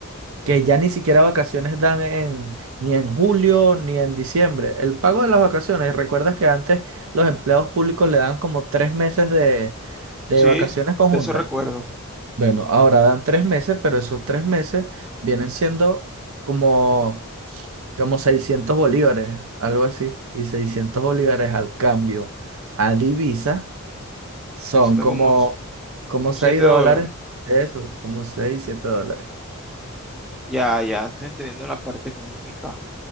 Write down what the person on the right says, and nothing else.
que ya ni siquiera vacaciones dan en, ni en julio ni en diciembre. El pago de las vacaciones, ¿recuerdas que antes los empleados públicos le dan como tres meses de, de
vacaciones conjuntas?
Bueno, ahora dan tres meses, pero esos tres meses vienen siendo como, como 600 bolívares, algo así. Y 600 bolívares al cambio a divisa son
como,
como
6 dólares.
Eso, como 6, 7 dólares.